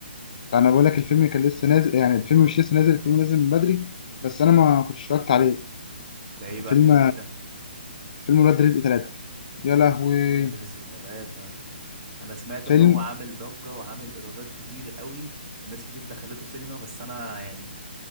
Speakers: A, on the left (about 45°); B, on the right (about 35°).
A: انا بقول لك الفيلم كان لسه نازل يعني الفيلم مش لسه نازل الفيلم نازل من بدري بس انا ما كنتش اتفرجت عليه
B: ده ايه بقى
A: فيلم
B: فيلم ايه ده
A: فيلم ولاد رزق ثلاثة يا لهوي
B: ولاد رزق ثلاثة انا سمعت
A: فيلم
B: ان هو عامل ضجة وعامل ايرادات كتير قوي والناس كتير دخلته سينما بس انا يعني